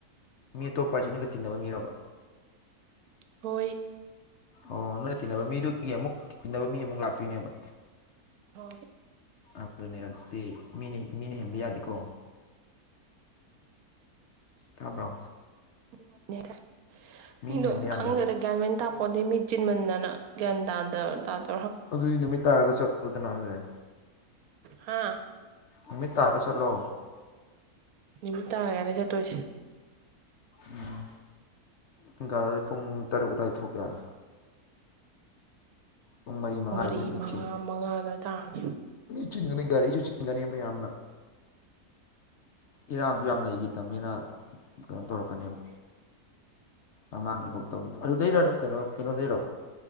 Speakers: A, on the left; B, on the right.
A: ꯃꯤ ꯑꯇꯣꯞꯄ ꯑꯁꯤꯅꯒ ꯇꯤꯟꯅꯕ ꯃꯤꯔꯕ
B: ꯍꯣꯏ
A: ꯑꯣ ꯅꯣꯏꯅ ꯇꯤꯟꯅꯕ ꯃꯤꯗꯨꯒꯤ ꯑꯃꯨꯛ ꯇꯤꯟꯅꯕ ꯃꯤ ꯑꯃꯨꯛ ꯂꯥꯛꯇꯣꯏꯅꯦꯕ
B: ꯍꯣꯏ
A: ꯑꯗꯨꯅꯦ ꯑꯗꯨꯗꯤ ꯃꯤꯅꯤ ꯃꯤꯅ ꯍꯦꯟꯕ ꯌꯥꯗꯦꯀꯣ ꯇꯥꯕ꯭ꯔꯣ
B: <unintelligible>
A: ꯃꯤꯅ ꯍꯦꯟꯕ ꯌꯥꯗꯦꯕ
B: ꯒ꯭ꯌꯥꯟ ꯃꯦꯟ ꯇꯥꯄꫭꯇꯦ ꯃꯤ ꯆꯤꯟꯃꯟꯗꯅ ꯒ꯭ꯌꯥꯟ ꯇꯥꯗ ꯇꯥꯗ
A: ꯑꯗꯨꯗꯤ ꯅꯨꯃꯤꯠ ꯇꯥꯔꯒ ꯆꯠꯂꯨꯗ ꯑꯗꯨꯗꯤ
B: ꯍꯥꯥ
A: ꯅꯨꯃꯤꯠ ꯇꯥꯔꯒ ꯆꯠꯂꯣ
B: ꯅꯨꯃꯤꯠ ꯇꯥꯔꯒꯥꯏꯅ ꯆꯠꯇꯣꯏꯁꯦ
A: ꯎꯝ ꯄꯨꯡ ꯀ ꯄꯨꯡ ꯇꯔꯨꯛ ꯑꯗꯨꯗꯥꯏ ꯊꯣꯛꯀꯦ ꯍꯥꯏꯔꯦ ꯄꯨꯡ ꯃꯉꯥꯗꯒꯤꯗꯤ
B: ꯄ ꯃꯔꯤ
A: ꯃꯤ
B: ꯃꯉꯥ
A: ꯆꯤꯟ
B: ꯃꯉꯥꯗ ꯇꯥꯦ
A: ꯆꯤꯟꯒꯅꯤ ꯒꯥꯔꯤꯁꯨ ꯆꯤꯟꯒꯅꯤ ꯃꯌꯥꯝꯅ ꯏꯔꯥꯡꯁꯨ ꯌꯥꯝ ꯂꯩꯈꯤꯇꯕꯅꯤꯅ ꯀꯩꯅꯣ ꯇꯧꯔꯛꯀꯅꯦꯕ ꯃꯃꯥꯡꯒꯤꯐꯧ ꯇꯧꯔꯤꯗꯣ ꯑꯗꯨꯗꯩꯔꯣ ꯀꯩꯅꯣ ꯀꯩꯅꯣꯗꯩꯔꯛꯣ